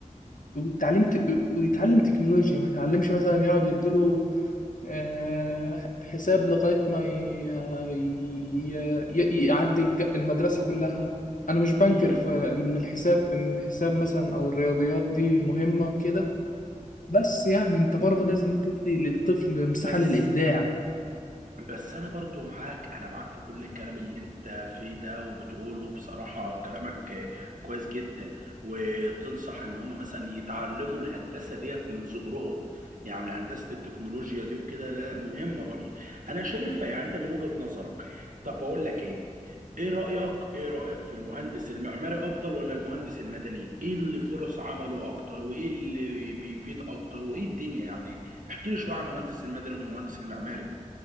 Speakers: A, on the left; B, on the right.
A: ويتعلم ت... ويتعلم تكنولوجيا ما يتعلمش مثلا يقعد يديله آه، حساب لغاية ما ي... ي... ي... يعدي الج- المدرسة كلها أنا مش بنكر
B: مم.
A: ف- إن الحساب إن الحساب مثلا أو الرياضيات دي مهمة كده بس يعني أنت برضه لازم تدي للطفل مساحة
B: بس
A: للإبداع
B: بس أنا برضو معاك أنا معاك في كل الكلام اللي أنت فيه ده وبتقوله بصراحة كلامك كويس جدا وتنصح إن هم مثلا يتعلموا الهندسة ديت من صغرهم يعني هندسة التكنولوجيا دي وكده لا مهمة برضو أنا شايفها يعني أنت من وجهة نظرك طب بقول لك إيه ايه رأيك ايه رأيك في المهندس المعماري افضل ولا المهندس المدني ايه اللي فرص عمله اكتر وايه اللي بيفيد اكتر وايه الدنيا يعني احكي لي شوية عن المهندس المدني والمهندس المعماري